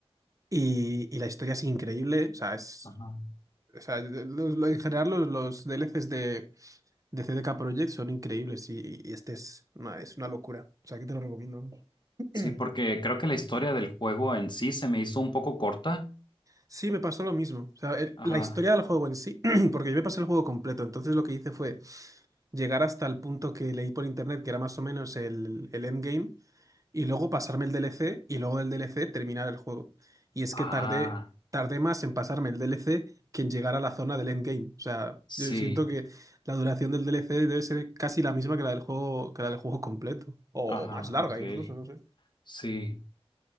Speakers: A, on the right; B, on the left.
A: Y, y la historia es increíble, o sea, es
B: Ajá.
A: O sea, de- los- lo- en general los, los DLCs de, de CDK Projekt son increíbles y, y este es una, es una locura. O sea, que te lo recomiendo. vamos. <clears throat>
B: Sí, porque creo que la historia del juego en sí se me hizo un poco corta.
A: Sí, me pasó lo mismo. O sea, el-
B: Ajá.
A: la historia del juego en sí, <clears throat> porque yo me pasé el juego completo, entonces lo que hice fue llegar hasta el punto que leí por internet, que era más o menos el, el endgame, y luego pasarme el DLC, y luego del DLC terminar el juego. Y es
B: Ah,
A: que tardé, tardé más en pasarme el DLC que en llegar a la zona del endgame. O sea,
B: sí.
A: yo siento que la duración del DLC debe ser casi la misma que la del juego, que la del juego completo, o,
B: Ajá,
A: o más larga
B: ok.
A: incluso, no sé.
B: Sí,